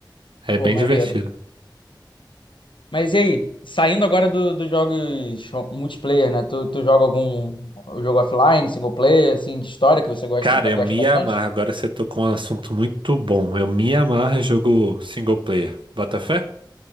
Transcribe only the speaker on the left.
Pô,
maneiro.
Mas e aí, saindo agora do- dos jogos multiplayer, né? Tu, tu joga algum jogo offline, single player, assim, de história que você gosta,
gosta
bastante?